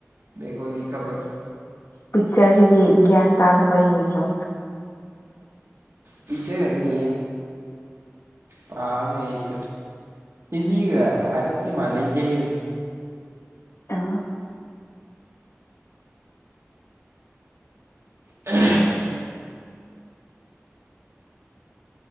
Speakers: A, on the right; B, on the left.
A: ꯕꯦꯡꯒꯣꯂꯤ ꯈꯕꯔ
B: ꯄꯤꯛꯆꯔꯗꯒꯤ ꯒ꯭ꯌꯥꯟ ꯇꯥꯅꯕ ꯌꯦꯡꯉꯨ
A: ꯄꯤꯛꯆꯔꯅꯤ ꯄꯥꯔ ꯃꯩꯇꯩ ꯍꯤꯟꯗꯤꯒ ꯍꯥꯏꯔꯞꯇꯤ ꯃꯥꯟꯅꯩꯗꯤ ꯍꯩꯕꯅꯤ
B: ꯑ
A: ꯀ